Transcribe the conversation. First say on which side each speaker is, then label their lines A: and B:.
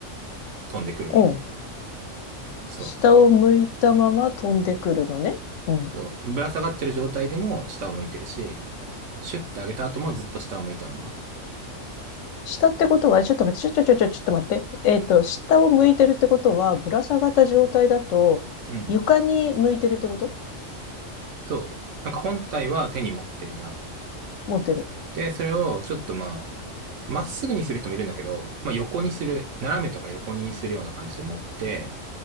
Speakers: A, on the right; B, on the left.
A: 飛んでくるんよ。
B: うん。
A: そう。
B: 下を向いたまま飛んでくるのね。うん。
A: そう。ぶら下がってる状態でも下を向いてるし、シュッて上げた後もずっと下を向いたまま。
B: 下ってことは、ちょっと待って、ちょちょちょちょ、ちょっと待って。えっと、下を向いてるってことは、ぶら下がった状態だと、
A: うん。
B: 床に向いてるってこと
A: そう。なんか本体は手に持ってるじゃん。
B: 持ってる。
A: で、それをちょっとまあ、まっすぐにする人もいるんだけど、まあ、横にする、斜めとか横にするような感じで持って、